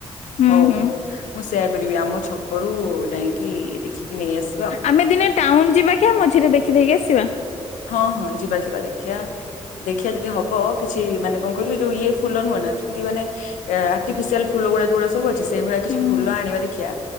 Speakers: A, on the left (about 65°); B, on the left (about 80°).
A: ହୁଁ
B: ହଉ
A: ହୁଁ
B: ହଉ ମୁଁ ସେୟା କରିବି ଆମ ଛକ କରୁ ଯାଇକିଁ ଦେଖିକିି ନେଇ ଆସିବି।
A: ଆମେ ଦିନେ ଟାଉନ୍ ଯିବା କିଁଆ ମଝିରେ ଦେଖିଦେଇକି ଆସିବା।
B: ହଁ ହଁ ଯିବା ଯିବା ଦେଖିଆ। ଦେଖିବା ଯଦି ହବ କିଛି ମାନେ କଣ କହିଲୁ ଯୋଉ ଇଏ ଫୁଲ ନୁହଁ ନା ଯେମତି ମାନେ ଆର୍ଟିଫିସିଆଲ ଫୁଲ ଗୁଡା ଯୋଡାସବୁ ଅଛି ସେଇ ଭଳିଆ କିଛି
A: ହୁଁ
B: ଫୁଲ
A: ହୁଁ
B: ଆଣିବା ଦେଖିବା